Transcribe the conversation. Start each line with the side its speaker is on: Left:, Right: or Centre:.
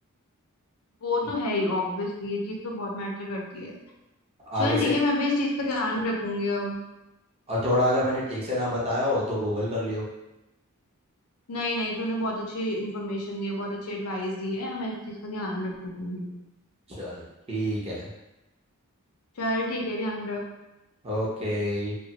Left: वो
Right: म,
Left: तो है ही ऑब्वियसली ये चीज तो बहुत मैटर करती है
Right: आगे
Left: चल
Right: से
Left: ठीक है मैं भी इस चीज का ध्यान रखूंगी अब
Right: और थोड़ा अगर मैंने ठीक से ना बताया हो तो गूगल कर लियो
Left: नहीं नहीं तूने बहुत अच्छी इन्फॉर्मेशन दी है बहुत अच्छी एडवाइस दी है अब मैं इस चीज का ध्यान रखूंगी
Right: चल ठीक है
Left: चल ठीक है ध्यान रख
Right: ओके